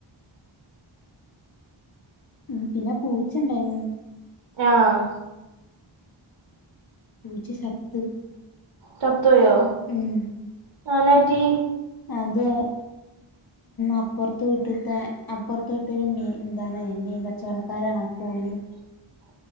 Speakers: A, on the left; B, on the right.
A: ഉം പിന്നെ പൂച്ചണ്ടായിരുന്നു
B: ആഹ്
A: പൂച്ച ചത്ത്‌
B: ചത്തുപോയോ
A: ഉം
B: അനന്നാപറ്റി
A: അത് അപ്പുറത്ത് വീട്ടിത്തെ അപ്പുറത്ത് വീട്ട മീൻ എന്താണ് മീൻ കച്ചവടക്കാരാണ് പോലി
B: <inaudible>